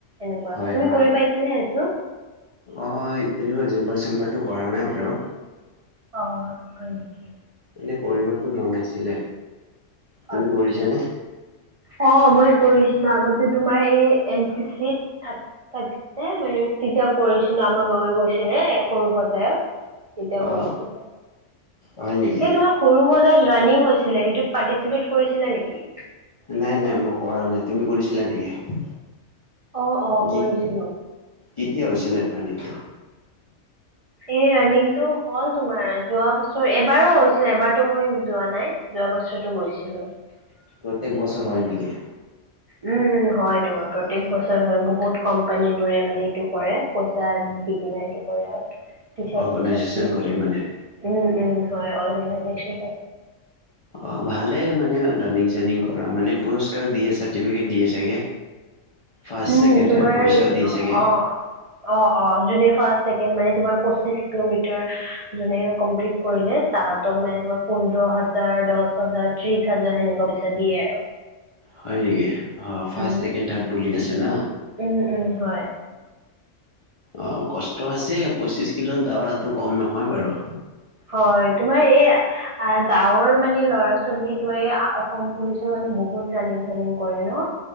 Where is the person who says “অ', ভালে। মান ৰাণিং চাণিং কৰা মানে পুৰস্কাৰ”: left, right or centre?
Left